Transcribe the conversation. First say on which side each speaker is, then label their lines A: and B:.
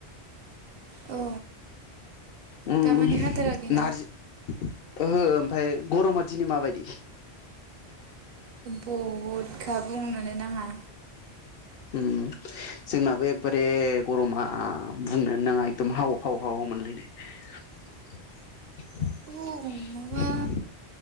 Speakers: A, on the right (about 65°); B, on the left (about 60°).
A: औ
B: ओम
A: दामाने हाथाराखैना
B: नारजि ओहो ओमफ्राय गरमा दिनि माबायदि?
A: बहुद खा बुंनोनो नाङा।
B: उम जोंनाबो एखबारे गरमा बुंनो नाङा एकदम हाव हाव हाव मोनलायनाय
A: औ माबा